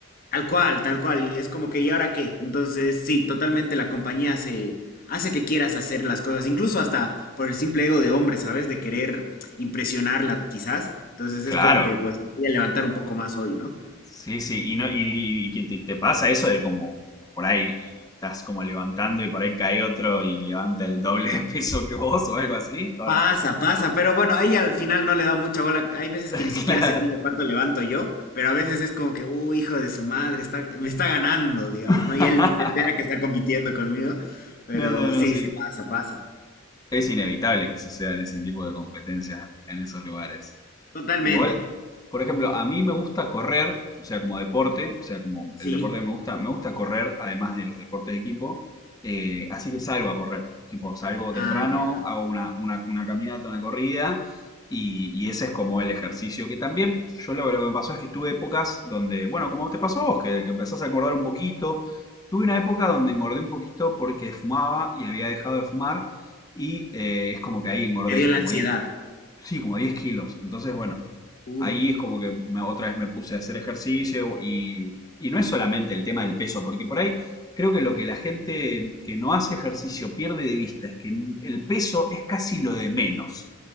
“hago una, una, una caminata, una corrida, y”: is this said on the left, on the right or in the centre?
Left